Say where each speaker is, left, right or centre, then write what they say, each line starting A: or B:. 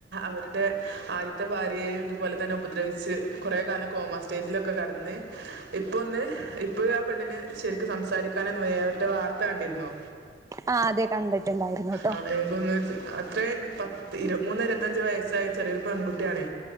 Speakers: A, on the right; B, on the right.
A: അവര്ടെ ആദ്യത്തെ ഭാര്യയേയും ഇതുപോലെ തന്നെ ഉപദ്രവിച്ച്. കുറേ കാലം കോമാ സ്റ്റേജിലൊക്കെ കടന്ന്. ഇപ്പൊ ഒന്ന് ഇപ്പൊയും ആ പെണ്ണിന് ശരിക്ക് സംസാരിക്കാനൊന്നു വേ അവര്ടെ വാർത്ത കണ്ടിരുന്നൊ
B: ആഹ് അതെ കണ്ടിട്ടുണ്ടായിരുന്നു ട്ടോ
A: ആഹ് എൻകൊന്ന് അത്രേ പ തിരു മൂന്നൊ ഇരുപത്തഞ്ചോ വയസ്സായ ചെറിയൊരു പെൺകുട്ടിയാണ്.